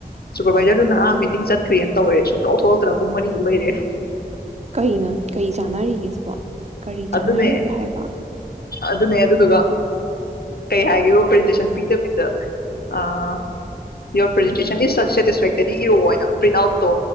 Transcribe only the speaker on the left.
ꯁꯨꯄꯔꯕꯥꯏꯖꯔꯗꯨꯅ ꯑꯥ ꯃꯤꯇꯤꯡ ꯆꯠꯈ꯭ꯔꯦ ꯇꯧꯋꯦ ꯁꯨꯡꯊꫭꯛ ꯊꯣꯛꯂꯛꯇ꯭ꯔꯥ ꯄꯨꯡ ꯃꯔꯤꯗꯨ ꯂꯩꯔꯦ꯫
ꯑꯗꯨꯅꯦ
ꯑꯗꯨꯅꯦ ꯑꯗꯨꯗꯨꯒ ꯀꯩ ꯍꯥꯏꯒꯦ ꯄ꯭ꯔꯖꯦꯟꯇꯦꯁꯟ ꯄꯤꯗꯕꯤꯗ ꯑꯥ ꯌꯣꯔ ꯄ꯭ꯔꯖꯦꯟꯇꯦꯁꯟ ꯁꯦꯇꯤꯁꯐꯦꯛꯇꯔꯤ ꯏꯔꯛꯑꯣꯅ ꯄ꯭ꯔꯤꯟ ꯑꯥꯎꯠꯇꯣ